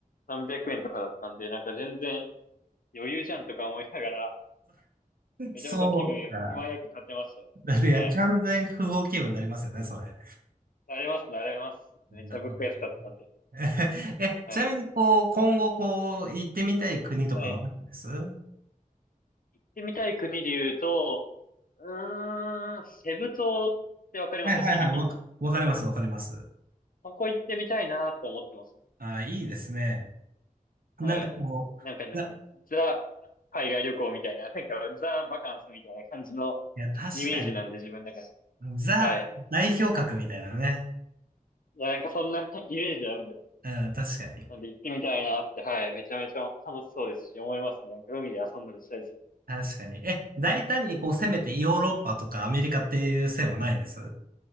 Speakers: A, on the left; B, on the right.
A: 300円とかだったんで、なんか全然余裕じゃんとか思いながら、めちゃめちゃ気分よ、
B: そうか。
A: 気前よく買ってました。
B: だっていや、
A: はい。
B: 完全不合気分になりますよね、それ。
A: 慣れます、慣れます。
B: なるほど
A: めっちゃ物価安かったんで。
B: <laughs> え、
A: はい。
B: ちなみに、こう、今後、こう、行ってみたい国とかはあるんですは
A: はい。行ってみたい国で言うと、うーん、セブ島ってわかりますフィリピンの。
B: いはいはい、わか、わかります、わかります。
A: ここ行ってみたいなと思ってますね。
B: ああ、いいですね。なんかこう、
A: はい。なんか、
B: な、い
A: ザ、海外旅行みたいな、<laughs> なんか、ザ・バカンスみたいな感じの
B: や、確かに、
A: イメージなんで、自分の中で。
B: ザ代表格みたいなね。
A: はい。いや、なんかそんな <laughs> イメージなんですよ。
B: うん、確かに。
A: なんで行ってみたいなって、はい。めちゃめちゃ楽しそうですし、思いますね。なんか海で遊んだりしたいですね。
B: 確かに。え、大胆にこう攻めてヨーロッパとかアメリカっていう線はないんです